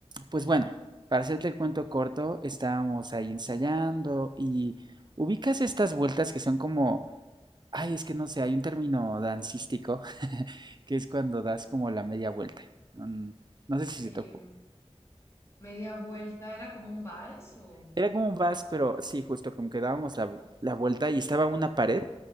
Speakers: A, on the right; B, on the left.
A: pues bueno, para hacerte el cuento corto, estábamos ahí ensayando y ubicas estas vueltas que son como Ay, es que no sé, hay un término dancístico <laughs> que es cuando das como la media vuelta. Mm, No, sé si
B: em,
A: se tocó.
B: media vuelta, ¿era como un vals o...?
A: Era como un vals, pero sí, justo como que dábamos la, vu- la vuelta y estaba una pared